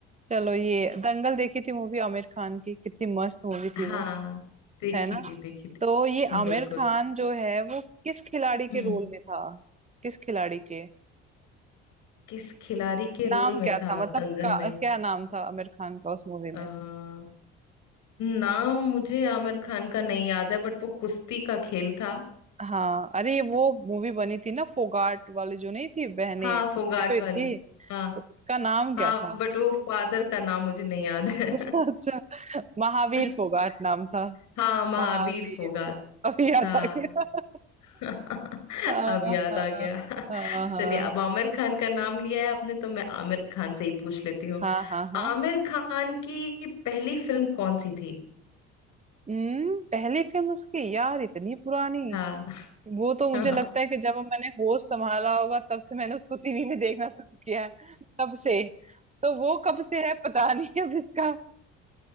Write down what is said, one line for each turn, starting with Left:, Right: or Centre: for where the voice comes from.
Right: चलो ये दंगल देखी थी मूवी आमिर खान की कितनी मस्त मूवी
Left: हाँ
Right: थी वो
Left: देखी
Right: है ना
Left: थी देखी थी
Right: तो ये
Left: बिल्कुल
Right: आमिर खान जो है वो किस खिलाड़ी
Left: हम्म
Right: के रोल में था किस खिलाड़ी के
Left: किस खिलाड़ी के
Right: नाम
Left: रोल में
Right: क्या
Left: था
Right: था मतलब
Left: दंगल
Right: का,
Left: में
Right: क्या नाम था आमिर खान का उस मूवी
Left: अ
Right: में
Left: नाम मुझे आमिर खान का नहीं याद है बट वो कुश्ती का खेल था
Right: हाँ अरे वो मूवी बनी थी ना फोगाट वाली जो नहीं थी बहने
Left: हाँ फोगाट
Right: उसपे तो इतनी
Left: वाली हाँ
Right: तो उसका नाम क्या
Left: हाँ
Right: था
Left: बट वो फादर का नाम मुझे नहीं याद है
Right: <laughs> अच्छा महावीर
Left: <laughs>
Right: फोगाट नाम था
Left: हाँ महावीर
Right: महावीर
Left: फोगाट
Right: अभी याद
Left: हाँ
Right: आ गया
Left: <laughs>
Right: हाँ
Left: अब याद
Right: हाँ
Left: आ गया
Right: हाँ
Left: <laughs>
Right: हाँ
Left: चलिए अब आमिर खान का नाम लिया है आपने तो मैं आमिर खान से ही पूछ लेती हूँ
Right: हाँ हाँ हाँ।
Left: आमिर खान की पहली फिल्म कौन सी थी
Right: हम्म पहली फिल्म उसकी यार इतनी पुरानी
Left: हाँ।
Right: वो तो मुझे
Left: कोई
Right: लगता है कि जब मैंने होश संभाला होगा तब से मैंने उसको टीवी में देखना शुरू किया है तब से तो वो कब से है पता नहीं अब इसका